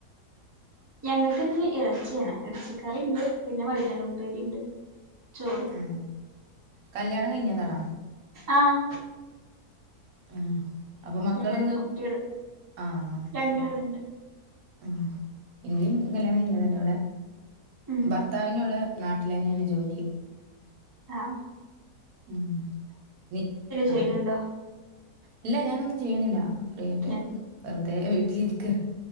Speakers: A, on the right (about 30°); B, on the right (about 70°).
A: ഞങ്ങക്ക്ന്ന് എറച്ചിയാണ് ഇറച്ചിക്കറി ഇണ്ട് പിന്നെ വഴുതന ഉപ്പേരി ഉണ്ട് ചോറ്
B: ആ കല്യാണം കഴിഞ്ഞതാണാ
A: ആഹ്
B: ആഹ് അപ്പൊ മക്കളൊന്ന്
A: രണ്ട് കുട്ടികള്
B: ആഹ
A: രണ്ടാളുണ്ട്
B: ശരി ആ ഇങ്കും കല്യാണം കഴിഞ്ഞ തന്നെ ഇവിടെ
A: ഉം
B: ഭർത്താവിന ഇവിടെ നാട്ടിൽ തന്നെയാണ് ജോലി
A: ആഹ
B: ഉ ആ
A: ചെയ്യണുണ്ടോ
B: ഇല്ല ഞാനൊന്നും ചെയ്യണില്ല ഫ്രീ ആയിട്ട്
A: ഏ
B: വെറുതെ വീട്ടിലിരിക്ക